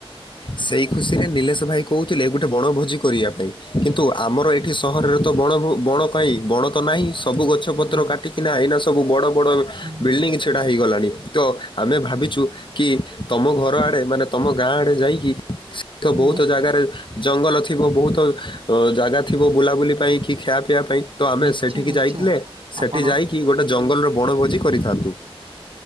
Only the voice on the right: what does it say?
ହୁଁ
ହୁଁ
ନିଶ୍ଚୟ
ନିଶ୍ଚୟ
ନିଶ୍ଚୟ
ଆପଣ